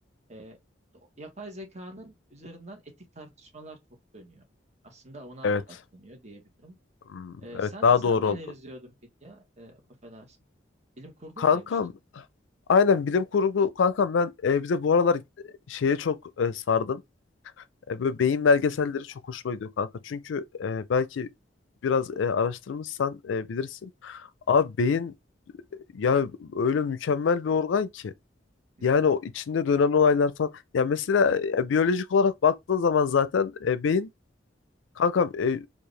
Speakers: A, on the right (about 35°); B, on the left (about 85°).
A: Ee, o- yapay zekanın üzerinden etik tartışmalar çok dönüyor. Aslında ona
B: Evet.
A: odaklanıyor diyebilirim.
B: Hmm,
A: Ee, sen
B: evet daha
A: sen
B: doğru
A: neler
B: oldu.
A: izliyordun peki ya? Ee, affedersin. Bilim kurgu
B: Kankam
A: mu demiştin?
B: aynen bilim kurgu kankam ben e, bize bu aralar e, şeye çok e, sardım. E, böyle beyin belgeselleri çok hoşuma gidiyor kanka. Çünkü e, belki biraz e, araştırmışsan e, bilirsin. Abi beyin yani öyle mükemmel bir organ ki.
A: Hı
B: Yani
A: hı.
B: o içinde dönen olaylar falan. Ya mesela e, biyolojik olarak baktığın zaman zaten e, beyin Kankam e,